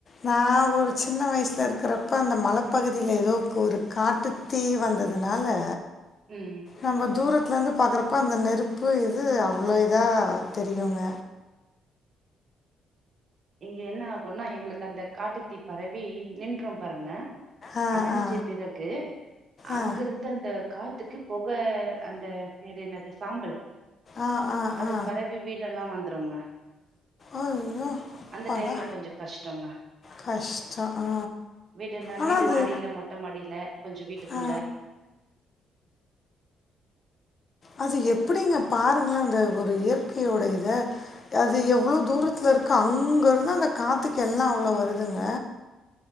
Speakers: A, on the left; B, on the right.
A: நா ஒரு சின்ன வயசுல இருக்கிறப்ப அந்த மலைப்பகுதியில ஏதோ ஒரு காட்டுத் தீ வந்ததுனால
B: ம்.
A: நம்ம தூர வீடல இருந்து பார்க்கறப்ப அந்த நெருப்பு இது அவ்வளோ இதா தெரியுங்க
B: இங்க என்ன ஆகும்னா எங்களுக்கு அந்த காட்டுத்தீ பரவி நின்றும் பாருங்க
A: ஆ
B: அணைஞ்ச
A: ஆ
B: பிறகு அங்க
A: ஆ
B: இருந்து அந்த காத்துக்கு பொக அந்த பேர் என்னது சாம்பல்
A: ஆ ஆ
B: அது
A: ஆ
B: பரவி வீடெல்லாம் வந்துருங்க
A: ஐயோ அப்பாடா
B: அந்த டைம்ல கொஞ்சம் கஷ்டங்க
A: கஷ்டோ ஆ
B: வீடு இல்லைன்னா
A: ஆனா அது
B: மாடில மொட்ட மாடில கொஞ்சம் வீட்டுக்குள்ள
A: ஆ அது எப்டிங்க பாருங்களே அந்த ஒரு இயற்கையோட இத அது எவ்ளோ தூரத்தில இருக்கு அங்க இருந்து அந்த காத்துக்கு எல்லா அவ்ளோ வருதுங்க